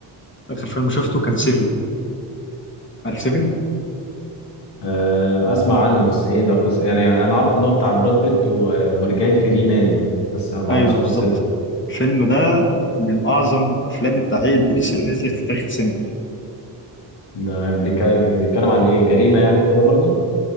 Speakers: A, on the left; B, on the left.
A: اخر فيلم شفته كان سيفن عارف سيفن
B: آه، اسمع عنه بس ايه ده قصة يعني يعني انا عارف ان هو بتاع براد بيت ومورجان فري مان بس ما
A: ايوه
B: اعرفش
A: بالظبط
B: قصته
A: الفيلم ده من اعظم افلام التحقيق البوليسي اللي نزلت في تاريخ السينما
B: ده بيتكلم كان بيتكلم عن ايه جريمة يعني وكده برضه